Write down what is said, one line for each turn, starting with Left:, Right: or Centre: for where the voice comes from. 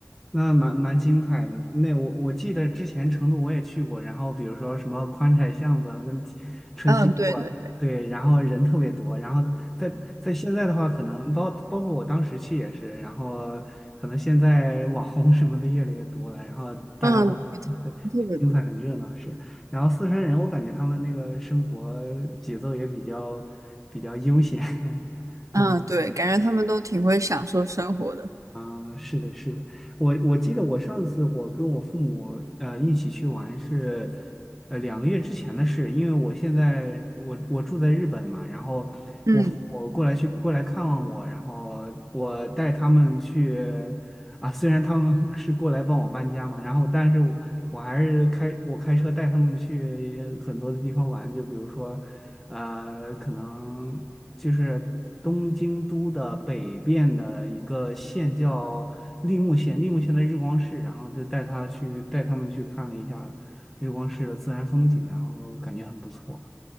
Centre: 那蛮蛮精彩的。那我我记得之前成都我也去过，然后比如说什么宽窄巷子啊跟春熙路啊，
Right: 嗯，对对对，
Centre: 对，然后人特别多。然后在在现在的话，可能包包括我当时去也是，然后可能现在网红什么的越来越多了，然后大家都很很精彩、
Right: 嗯，也特特别多。
Centre: 很热闹是。然后四川人，我感觉他们那个生活节奏也比较比较悠闲，<laughs>
Right: 嗯，
Centre: 嗯。
Right: 对，感觉他们都挺会享受生活的。
Centre: 啊，是的，是的，我我记得我上次我跟我父母呃一起去玩是，呃两个月之前的事，因为我现在我我住在日本嘛，然后我我过来去过来看望我，
Right: 嗯，
Centre: 然后我带他们去啊，虽然他们 <laughs> 是过来帮我搬家嘛，然后但是我我还是开我开车带他们去很多的地方玩，就比如说呃可能。就是东京都的北边的一个县叫立木县，立木县的日光市，然后就带他去带他们去看了一下日光市的自然风景，然后感觉很不错。